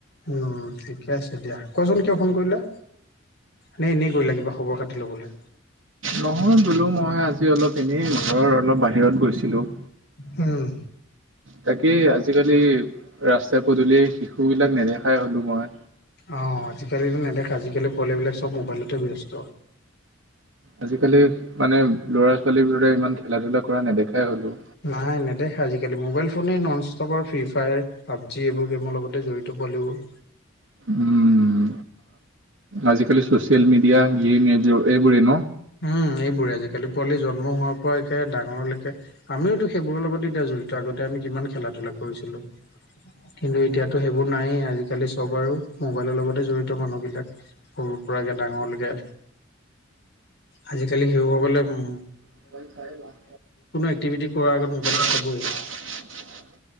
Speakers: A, on the left; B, on the right.
A: উম ঠিকে আছে দিয়া। কোৱাচোন কিয় ফোন কৰিলা? নে এনেই কৰিলা কিবা খবৰ খাতি ল'বলৈ?
B: নহয় বোলো মই আজি অলপ এনেই ঘৰৰ অলপ বাহিৰত গৈছিলো।
A: উম।
B: তাকেই আজিকালি ৰাস্তা পদূলিয়ে শিশু বিলাক নেদেখাই হ'লো মই।
A: অঁ, আজিকালিতো নেদেখা আজিকালি পোৱালি বিলাক চব মোবাইলতে ব্যস্ত।
B: আজিকালি মানে ল'ৰা ছোৱালীবোৰে ইমান খেলা ধূলা কৰা নেদেখাই হ'লো।
A: নাই নেদেখা আজিকালি মোবাইল ফোনে নন ষ্টপৰ ফ্ৰী ফায়াৰ, পাবজি এইবোৰ গেমৰ লগতে জড়ি ত পোৱালিবোৰ।
B: উম, আজিকালি ছ'চিয়েল মিডিয়া, গেম এইবোৰেই ন?
A: উম এইবোৰে আজিকালি পোৱালি জন্ম হোৱাৰ পৰা একে ডাঙৰলৈকে আমিওতো সেইবোৰৰ লগত এতিয়া জড়ি ত আগতে আমি কিমান খেলা ধূলা কৰিছিলো। কিন্তু এতিয়াতো সেইবোৰ নায়েই আজিকালি চব আৰু মোবাইলৰ লগতে জড়িত মানুহবিলাক। সৰুৰ পৰা একে ডাঙৰলৈকে। আজিকালি শিশুসকলে উম
B: মোবাইল চাইয়ে ভাত
A: এক্টিভিটি কৰাৰ আগত মোবাইলটো
B: খাই <unintelligible>
A: চাবই।